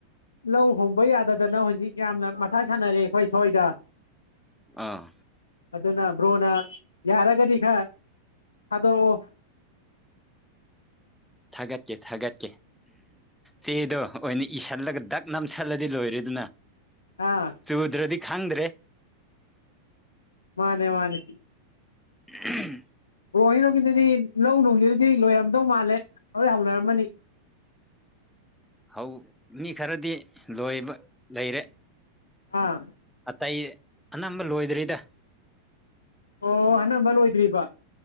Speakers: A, on the left (about 75°); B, in the centre.
A: ꯂꯧ ꯍꯣꯡꯕ ꯌꯥꯗꯗꯅ ꯍꯧꯖꯤꯛ ꯌꯥꯝꯅ ꯃꯆꯥ ꯁꯥꯟꯅꯔꯦ ꯑꯩꯈꯣꯏ ꯁꫭꯏꯗ
B: ꯑꯥ
A: ꯑꯗꯨꯅ ꯕ꯭ꯔꯣꯅ ꯌꯥꯔꯒꯗꯤ ꯈꯥ ꯊꯥꯗꯣꯔꯛꯑꯣ
B: ꯊꯥꯒꯠꯀꯦ ꯊꯥꯒꯠꯀꯦ ꯆꯦꯗꯣ ꯑꯣꯏꯅ ꯏꯁꯤꯜꯂꯒ ꯗꯛ ꯅꯝꯁꯤꯜꯂꯗꯤ ꯂꯣꯏꯔꯦꯗꯅ
A: ꯑꯥ
B: ꯆꯨꯗ꯭ꯔꯗꯤ ꯈꯪꯗ꯭ꯔꯦ
A: ꯃꯥꯅꯦ ꯃꯥꯅꯦ
B: <unintelligible>
A: ꯕ꯭ꯔꫭ ꯍꫭꯏꯔꫭꯝꯒꯤꯗꯨꯗꯤ ꯂꯧ ꯅꯨꯡꯁꯤ ꯑꯗꯨꯗꯤ ꯂꯣꯏꯔꯝꯗꯧ ꯃꯥꯜꯂꯦ ꯂꫭꯏ ꯍꯧꯅꯔꯝꯃꯅꯤ
B: ꯍꯧ ꯃꯤ ꯈꯔꯗꯤ ꯂꯣꯏꯕ ꯂꯩꯔꯦ
A: ꯑꯥ
B: ꯑꯇꯩ ꯑꯅꯝꯕ ꯂꯣꯏꯗ꯭ꯔꯤꯗ
A: ꯑꯣ ꯑꯅꯝꯕ ꯂꯣꯏꯗ꯭ꯔꯤꯕ